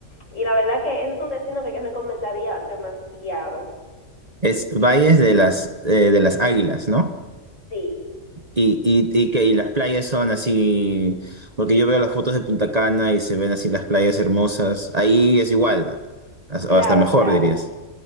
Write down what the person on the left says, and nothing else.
Y la verdad que ese es un destino que yo recomendaría demasiado.
Sí,
claro,
claro.